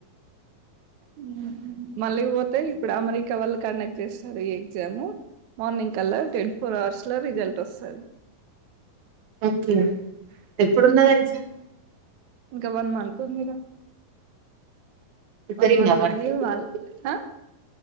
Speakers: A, on the right (about 65°); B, on the right (about 85°).
A: ఉహు మళ్ళీ పోతే ఇప్పుడు అమెరికా వాళ్ళ కండక్ట్ చేస్తారు ఈ ఎగ్జామ్ మార్నింగ్ కల్లా ట్వంటీ ఫోర్ అవర్స్ లో రి రిజల్ట్ వస్తది
B: ఓకే ఎప్పుడుంద అది ఎగ్జామ్
A: ఇంకా వన్ మంత్ ఉందిరా
B: ప్రిపేరింగా
A: వన్ మంత్
B: మరి
A: వుంది వాల్ అ